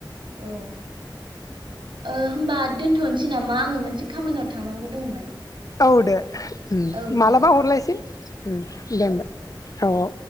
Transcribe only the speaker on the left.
औ दो ओम
मालाबा
हरलायसै ओम दे होमबा औ औ